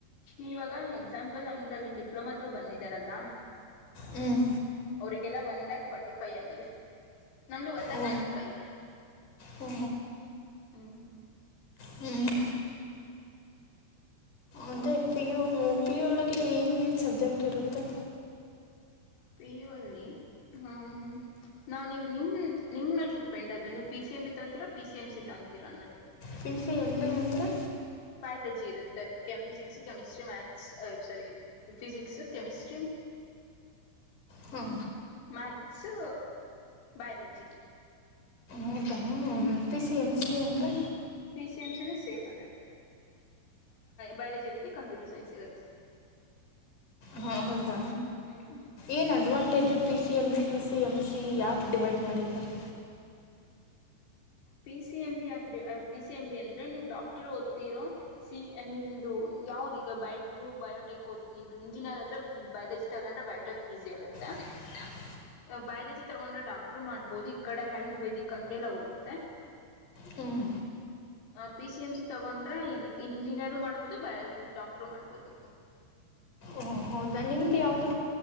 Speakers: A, on the left (about 85°); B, on the left (about 45°).
A: ಇವಾಗ ಎಕ್ಸಾಂಪಲ್ ನಮ್ರಲ್ಲಿ ಡಿಪ್ಲೊಮಾ ತ್ರು ಬಂದಿದಾರಲ್ಲ
B: ಹ್ಮ್
A: ಈವಾಗ ಎಲ್ಲಾ ಒನ್ ಲ್ಯಾಕ್ ಫೋರ್ಟಿ ಫೈವ್ ಆಗಿದೆ ನಮ್ದು ಒನ್ ಲಾಕ್
B: ಓ
A: ತರ್ಟಿ ಫೈ
B: ಓ,
A: ಹ್ಮ
B: ಹ್ಮ್ ಅದೇ ಪಿ ಯು ಪಿ ಯು ಒಳಗೆ ಏನೇನು ಸಬ್ಜೆಕ್ಟ್ ಇರುತ್ತೆ
A: ಪಿ ಯು ಅಲ್ಲಿ ನಾವು ನಿಮಗೆ ನಿಮ್ಮ್ ನಿಮ್ಮ ಮೇಲೆ ಡಿಪೆಂಡ್ ಅದು ನೀವು ಪಿ ಸಿ ಎಂ ಬಿ ತಕೊಂತೀರಾ ಪಿ ಸಿ ಎಮ್ ಸಿ ತೊಂತೀರ ಅನ್ನೋದು
B: ಪಿ ಸಿ ಎಮ ಬಿ ಅಂದರೆ
A: ಕಲಜಿ ಇರುತ್ತೆ ಕೆ physics chemistry maths sorry physics chemistry
B: ಹ್ಮ
A: ಆರ್ಟ್ಸು ಬಯಾಲಜಿ
B: ಹೌದಾ ಪಿ
A: ಹ್ಞೂ
B: ಸಿ ಎಂ ಸಿ ಅಂದ್ರೆ
A: ಪಿ ಸಿ ಎಂ ಸಿ ನು ಸೇಮ್ ಅದೆ ಬೈಯೋಲಜಿ ಮತ್ತೆ ಕಂಪ್ಯೂಟರ್ ಸೈನ್ಸ್ ಇರುತ್ತೆ
B: ಹ್ಮ್ ಹೌದ
A: ಹ್ಞೂ ಹ್ಞೂ
B: ಏನ್ advantage P C M B P C M C ಯಾಕೆ ಡಿವೈಡ್ ಮಾಡಿದ್ದಾರೆ
A: ಪಿ ಸಿ ಎಂ ಬಿ ಯಾಕೆ ಪಿ ಸಿ ಎಂ ಬಿ ಅಂದ್ರೆ ನೀವು ಡಾಕ್ಟರ್ ಓದ್ತಿರೋ ಸಿ ನಿಮ್ದು ಯಾವುದು ಈಗ ಬಯ ನೀವು ಬಯೋಟೆಕ್ ಓತೀನಿ ಇದು ಇಂಜಿನಿಯರ್ ಆದರೆೆ ಬಯಾಲಜಿ ತಗೊಂಡ್ರೆ ಬಯೋಟೆಕ್ ಈಸಿ ಆಗುತ್ತೆ
B: ಎಂತ
A: ಬಯಾಲಜಿ ತಗೊಂಡ್ರೆ ಡಾಕ್ಟರು ಮಾಡ್ಬೋದು ಈ ಕಡೆ ಆಯುರ್ವೇದಿಕ್ ಹಂಗೆಲ್ಲ ಹೋಗುತ್ತೆ
B: ಹ್ಮ್
A: ಪಿ ಸಿ ಎಂ ಸಿ ತಗೊಂಡ್ರೆ ಇದ ಇಂಜಿನಿಯರ್ ಮಾಡ್ಬೋದು ಬಯಾಲಜಿ ಡಾಕ್ಟರ್ ಮಾಡ್ಬೋದು
B: ಓ ಹೌದಾ ನಿಮ್ದ ಯಾವದು